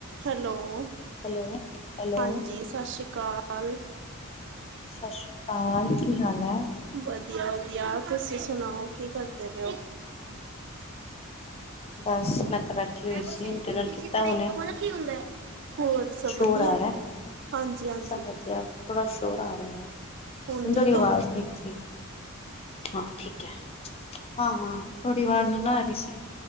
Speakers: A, on the right; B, on the left.
A: Hello,
B: hello, hello
A: ਹਾਂਜੀ। ਸਤਿ ਸ਼੍ਰੀ ਅਕਾਲ।
B: ਸਤਿ ਸ੍ਰੀ ਅਕਾਲ। ਕੀ ਹਾਲ ਹੈ?
A: ਵਧਿਆ- ਵਧੀਆ ਤੁਸੀਂ ਸੁਣਾਓ। ਕੀ ਕਰਦੇ ਪੈ ਓ।
B: ਬਸ ਮੈਂ ਤਾਂ ਬੈਠੀ ਹੋਈ
A: ਮੈਂ
B: ਸੀ।
A: ਉਸ
B: ਡਿਨਰ ਕੀਤਾ
A: ਇਸੀ ਤਰ੍ਹਾਂ
B: ਹੁਣੇ।
A: ਇੱਕ ਬੋਲਾ ਕੀ ਹੁੰਦਾ ਹੈ ਹੋਰ ਸਭ
B: ਸ਼ੋਰ
A: ਵਧੀਆ
B: ਆ ਰਿਹਾ।
A: ਹਾਂਜੀ ਹਾਂਜੀ
B: ਸਭ ਵਧਿਆ। ਥੋੜਾ ਸ਼ੋਰ ਆ ਰਿਹਾ ਹੈ।
A: ਹੁਣ
B: ਤੁਹਾਡੀ
A: ਠੀਕ
B: ਆਵਾਜ਼
A: ਹੈ
B: ਨੀ ਠੀਕ, ਹਾਂ ਠੀਕ ਹੈ। ਹਾਂ ਹਾਂ। ਤੁਹਾਡੀ ਆਵਾਜ਼ ਨਹੀਂ ਨਾ ਆ ਰਹੀ ਸੀ।